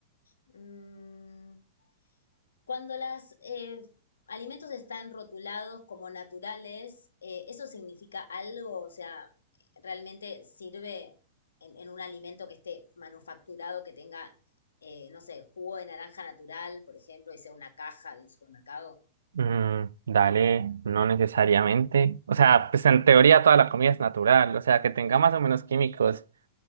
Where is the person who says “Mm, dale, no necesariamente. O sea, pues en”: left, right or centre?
Right